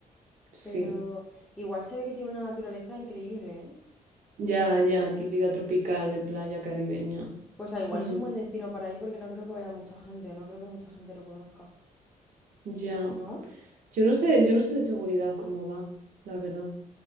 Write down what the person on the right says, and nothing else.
sí,
ya,
ya, típica tropical de playa caribeña.
Mm,
ya.
Yo no sé, yo no sé de seguridad cómo va, la verdad.